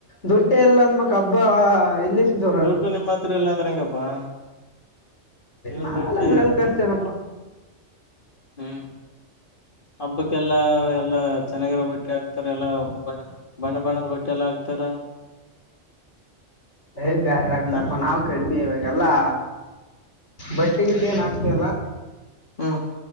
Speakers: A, on the left (about 70°); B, on the left (about 45°).
A: ದುಡ್ಡ ಎಲ್ಲ ಅಂದ ಮಕ್ ಹಬ್ಬ ಎಲ್ಲಿ ಜೋರ
B: ದುಡ್ಡು ನಿಮ್ಮ ಹತ್ರ ಇಲ್ಲ ಅಂದ್ರೆ ಹೆಂಗಪ್ಪಾ ದಿನ
A: ನಾವೆಲ್ಲ
B: ದುಡಿತಾ
A: ಮಿಡಲ್
B: ಇರ್ತಿ
A: ಕ್ಲಾಸ್ ಜಏನಪ್ಪಾ
B: ಹ್ಮ್ ಹಬ್ಬಕ್ಕೆಲ್ಲಾ ಎಲ್ಲಾ ಚೆನ್ನಾಗಿರಬಿಟ್ಟು ಬಟ್ಟಿ ಹಾಕ್ತಾರ ಎಲ್ಲ ಬ ಬಣ್ಣ ಬಣ್ಣದ ಬಟ್ಟೆ ಎಲ್ಲ ಹಾಕ್ತಾರ
A: ಯ್ ಬ್ಯಾರ ಆಗ್ತಾರಪಾ
B: ನಾ
A: ನಾವವು ಕಡಿಮೆ ಇವಾಗಲ್ಲಾ ಬಟ್ ಕಗಿಟ್ಟ ಏನು ಆಗ್ತತಿಲ್ಲ
B: ಹಾ